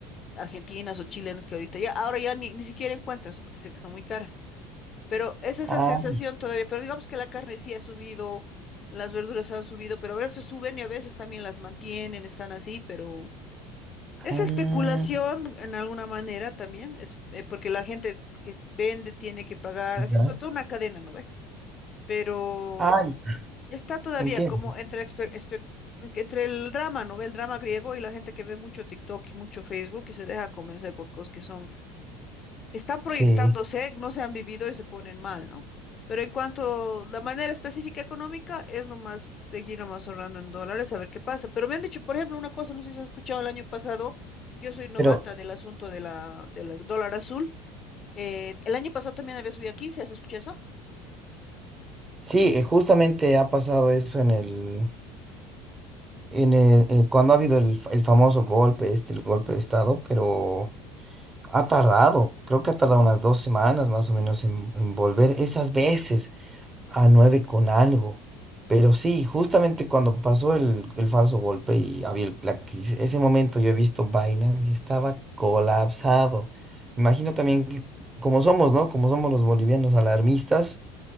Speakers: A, on the left (about 40°); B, on the right (about 25°).
A: argentinas o chilenas que ahorita ya, ahora ya ni, ni siquiera encuentras, ¿no? porque sé que son muy caras. Pero es esa
B: Ah,
A: sensación todavía, pero digamos que la carne sí ha subido, las verduras han subido, pero a veces suben y a veces también las mantienen, están así, pero es
B: ah,
A: especulación en alguna manera también, es eh, porque la gente que vende tiene que pagar,
B: ya.
A: así es pues, toda una cadena, ¿no ve? Pero
B: ah, ya,
A: está todavía
B: entiendo.
A: como entre, expe- espe- entre el drama, ¿no ve? El drama griego y la gente que ve mucho TikTok y mucho Facebook y se deja convencer por cosas que son están proyectándose,
B: Sí,
A: no se han vivido y se ponen mal, ¿no? Pero en cuanto a la manera específica económica, es nomás seguir nomás ahorrando en dólares a ver qué pasa. Pero me han dicho, por ejemplo, una cosa, no sé si has escuchado el año pasado, yo soy novata
B: pero
A: del asunto de la, del dólar azul. eh, el año pasado también había subido a quince ¿has escuchado eso?
B: sí, eh, justamente ha pasado eso en el, en el, eh, cuando ha habido el, fa- el famoso golpe, este, el golpe de Estado, pero ha tardado, creo que ha tardado unas dos semanas más o menos en, en volver esas veces. a 9 con algo. Pero sí, justamente cuando pasó el, el falso golpe y había el- la crisis, ese momento yo he visto Binance y estaba colapsado. Imagino también que como somos, ¿no? Como somos los bolivianos alarmistas